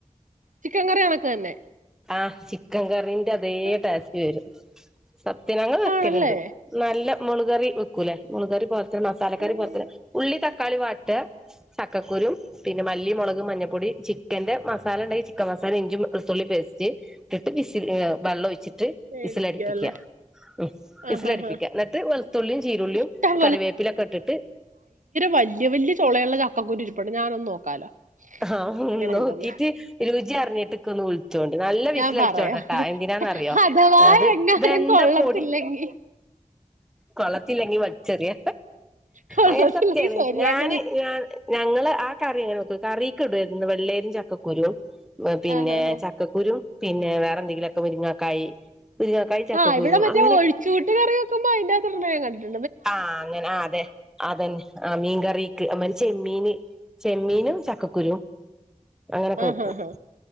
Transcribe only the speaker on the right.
ചിക്കൻ കറിയാനൊക്കെ തന്നെ
ആഹ്
ആണല്ലേ
ഉം
എനിക്കാല്ലേ
ആഹ്
ആഹ്
ഇഷ്ടം
വലിയ വലിയ തുളുള്ള ചക്കുരി ഇപ്പപ്പെട ഞാനൊന്ന നോക്കാലോ
എങ്ങനെയുണ്ടെന്ന്
ഞാൻ പറയാം
അഥവാ
എങ്ങാനും
കൊള്ളത്തില്ലെങ്കി
കൊള്ളത്തില്ലെങ്കി
ശരിയാക്ക
ആഹ് ആഹ്
ആഹ് ഇവിടെറ്റേ
ഒഴിച്ച കൂട്ടി കയറി വെക്കുമ്പോ അതിന്റെക നിർണയം കണ്ടു
ആഹ്
ആഹ്